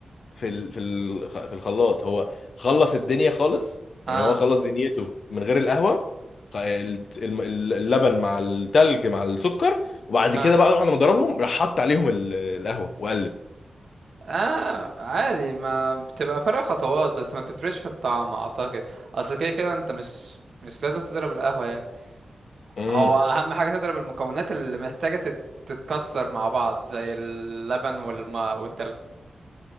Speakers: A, on the left; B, on the right.
A: في ال... في ال... في الخلاط هو خلص الدنيا خالص يعني
B: اه
A: هو خلص دنيته من غير القهوه خ- ال- الم- اللبن مع التلج مع السكر وبعد
B: اه
A: كده بقى بعد ما ضربهم راح حط عليهم ال- القهوه وقلب
B: اه عادي ما بتبقى فرق خطوات بس ما بتفرقش في الطعم اعتقد اصل كده كده انت مش مش لازم تضرب القهوه يعني
A: امم
B: هو اهم حاجه تضرب المكونات اللي محتاجه تت- تتكسر مع بعض زي اللبن والماء والتلج